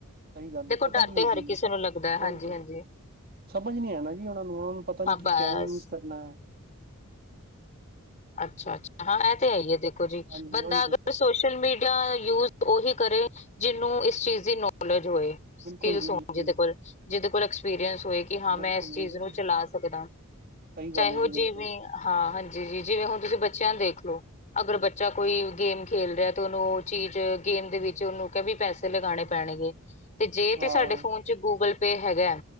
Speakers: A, on the right (about 40°); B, on the left (about 35°).
A: ਸਹੀ ਗੱਲ
B: ਦੇਖੋ
A: ਹੈ ਪਤਾ
B: ਡਰ
A: ਕੀ ਹੁੰਦੀ
B: ਤੇ ਹਰ
A: ਜੀ
B: ਕਿਸੇ ਨੂੰ ਲੱਗਦੈ, ਹਾਂਜੀ-ਹਾਂਜੀ।
A: ਉਹੀ ਤੇ ਸਮਝ ਨੀ ਹੈ ਨਾ ਜੀ ਉਹਨਾਂ ਨੂੰ, ਉਹਨਾਂ ਨੂੰ ਪਤਾ ਨੀ
B: ਹਾਂ
A: ਕਿ
B: ਬਸ
A: ਕੈਂਵੇਂ ਯੂਜ ਕਰਨਾ।
B: ਅੱਛਾ-ਅੱਛਾ, ਹਾਂ ਐ ਤੇ ਹੈ ਹੀ ਏ, ਦੇਖੋ ਜੀ,
A: ਹਾਂਜੀ
B: ਬੰਦਾ
A: ਉਹੀ
B: ਅਗਰ
A: ਤੇ
B: ਸੋਸ਼ ਸ਼ੋਸ਼ਲ ਮੀਡੀਆ ਯੂਜ ਓਹੀ ਕਰੇ, ਜਿਹਨੂੰ ਇਸ ਚੀਜ਼ ਦੀ ਨੌਲੇਜ ਹੋਏ।
A: ਬਿਲਕੁਲ
B: ਸਕੀਲਸ
A: ਜੀ ਬਿਲਕੁਲ
B: ਹੋਣ ਜਿਹਦੇ
A: ਜੀ
B: ਕੋਲ, ਜਿਹਦੇ ਕੋਲ ਐਕਸਪੀਰੀਅਂਸ ਹੋਏ, ਕਿ ਹਾਂ
A: ਬਿਲਕੁਲ
B: ਮੈਂ ਐਸ ਚੀਜ਼
A: ਬਿਲਕੁਲ
B: ਨੂੰ ਚਲਾ ਸਕਦਾ।
A: ਸਹੀ
B: ਚਾਹੇ
A: ਗੱਲ ਹੈ ਜੀ,
B: ਉਹ
A: ਬਿਲਕੁਲ।
B: ਜਿਵੇਂ ਹਾਂ, ਹਾਂਜੀ ਜੀ, ਜਿਵੇਂ ਹੁਣ ਤੁਸੀਂ ਬੱਚਿਆਂ ਨੂੰ ਦੇਖਲੋ ਅਗਰ ਬੱਚਾ ਕੋਈ ਗੇਮ ਖੇਲ ਰਿਹਾ, ਤੇ ਉਹਨੂੰ ਉਹ ਚੀਜ਼ ਗੇਮ ਦੇ ਵਿੱਚ ਉਹਨੂੰ ਕਹਿ ਵੀ ਪੈਸ ਸੇ ਲਗਾਣੇ ਪੈਣਗੇ। ਤੇ ਜੇ ਤੇ
A: ਹਾਂ
B: ਸਾਡੇ ਫੋਨ'ਚ ਗੂਗਲ ਪੇ ਹੈਗਾ,